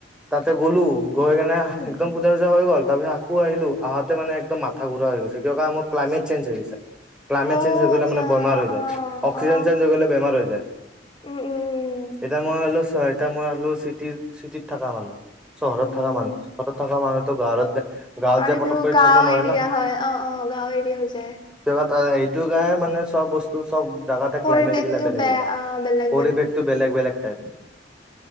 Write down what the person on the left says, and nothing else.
উম
অ
আচ্ছা
অ
অ
অ
উম উম
উম উম
আৰু
সেইটো
গাঁও
এৰিয়া
হয় অ অ গাঁও এৰিয়া হৈ যায়
পৰিৱেশটো
বেয়া
অ বেলেগ